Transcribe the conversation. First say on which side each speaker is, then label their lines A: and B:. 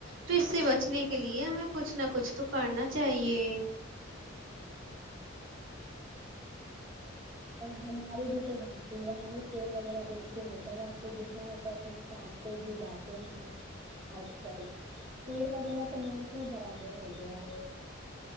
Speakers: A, on the right (about 75°); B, on the right (about 30°).
A: پ اس سے بچنے کے لیے ہمیں کچھ نہ کچھ تو کرنا چاہیے
B: ہماری بھی تو لتی ہے ہمیں پیڑ وغیرہ بالکل نہیں لگاتے جتنا ہوتانے کاٹ پ بھی جاتے ہیں آج آج کل پیڑ وغیرہ تو نہ کے ہی برابر ہو گیا ہے